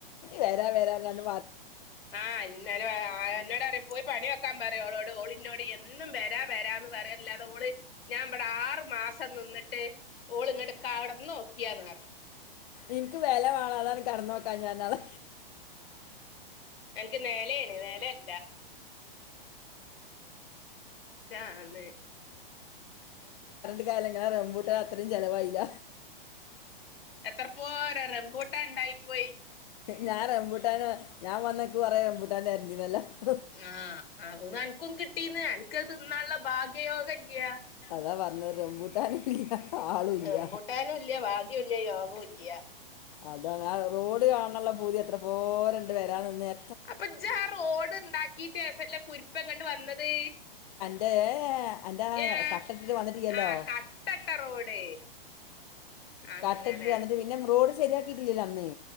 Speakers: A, on the left; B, on the left.
A: വരാ വരാ പറഞ്ഞാണ്ട്
B: ആ എന്ന എന്നോട് പറയും പോയി പണി നോക്കാൻ പറയോളോട് ഓളിനോട് എന്നും വരാ വരാന്ന് പറയല്ലാതെ ഓള് ഞാൻ ഇവിടെ ആറു മാസം നിന്നിട്ട് ഓള് ഇങ്ങട് അ കടന്ന് നോക്കിയാന്ന് പറ
A: ഇനിക്ക് വില വേണം അതാണ് കടന്ന് നോക്കാഞ്ഞേ പറഞ്ഞെ അതാ
B: എനിക്ക് നേലയാണ് നലയല്ല ആന്ന്
A: നിങ്ങളെ റമ്പൂട്ടാൻ ഇട്ട അത്രയും ചെലവായില്ല
B: എത്രപ്പോ റംബോട്ടാൻ ഇണ്ടായി പോയി
A: ഞാൻ റംമ്പൂട്ടൻ ഞാൻ വന്നക്ക് കുറേ റംമ്പൂട്ടാൻ തെരണ്ടി വരേല്ലോ
B: ആ ആ നൻ ക്കും കിട്ടീന്ന് അനക്ക് അത് തിനാന്നുള്ള ഭാഗ്യയോഗല്ല്യ
A: അതാ പറഞ്ഞത് റംമ്പൂട്ടാനില്ല ആളുല്ല
B: റംബൂട്ടാനും ഇല്ല ഭാഗ്യവുല്ല യോഗവും ഇല്ല
A: അതാണ് ആ റോഡ് കാണാനുള്ള പൂതിയത്ര ഓ രണ്ടു വരാന്ഒന്ന <unintelligible>
B: അപ്പൊ ഇജ്ജ് ആ റോഡ് ഉണ്ടാക്കിട്ടേസല്ല കുരിപ്പേ ഇങ്ങട്ട്‌ വന്നത്
A: ദേ അന്റെ ആ
B: ഏഹ്
A: കട്ടട്ടിട്ട് വന്നിട്ടി ലല്ലോ
B: ആഹ് കട്ടട്ട റോഡ് അങ്ങനെ
A: കട്ടട്ടിട്ട് വന്നിട്ട് പിന്നെ റോഡ് ശരിയാക്കിയിട്ടില്ല അന്ന്